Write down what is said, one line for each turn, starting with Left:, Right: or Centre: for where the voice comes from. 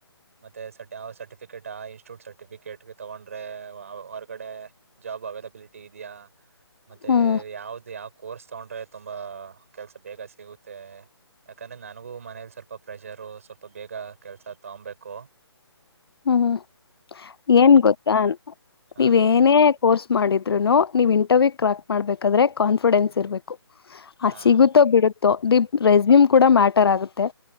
Right: ಮತ್ತೆ ಸ ಯಾವ್ ಸರ್ಟಿಫಿಕೇಟ್ ಆ ಇನ್ಸ್ಟಿಟ್ಯೂಟ್ ಸರ್ಟಿಫಿಕೇಟ್ ತಗೊಂಡ್ರೆ ಹೊರ್ಗಡೆ ಜಾಬ್ ಅವೈಲಬಿಲಿಟಿ ಇದ್ಯಾ ಮತ್ತೆ
Left: ಹ್ಮ್
Right: ಯಾವ್ದ ಯಾವ್ ಕೋರ್ಸ್ ತಗೊಂಡ್ರೆ ತುಂಬಾ ಕೆಲ್ಸ ಬೇಗ ಸಿಗುತ್ ಮತ್ತೆ ಯಾಕಂದ್ರೆ ನನ್ಗೂ ಮನೇಲಿ ಸ್ವಲ್ಪ ಪ್ರೆಷರ್ ಸ್ವಲ್ಪ ಬೇಗ ಕೆಲ್ಸ ತಗಂಬೇಕು
Left: ಹ್ಮ್ ಏನ್ ಗೊತ್ತಾ
Right: ಹಾ
Left: ನೀವ್
Right: ಹಾ
Left: ಏನೇ ಕೋರ್ಸ್ ಮಾಡಿದ್ರುನು ನೀವ್ ಇಂಟರ್ವ್ಯೂ ಕ್ರ್ಯಾಕ್ ಮಾಡ್ಬೇಕಾದ್ರೆ ಕಾನ್ಫಿಡೆನ್ಸ್ ಇರ್ಬೇಕು ಆದ್
Right: ಹಾ
Left: ಸಿಗುತ್ತೋ ಬಿಡುತ್ತೋ ದಿಪ್ ರೆಸ್ಯೂಮ್ ಕೂಡ ಮ್ಯಾಟರ್ ಆಗುತ್ತೆ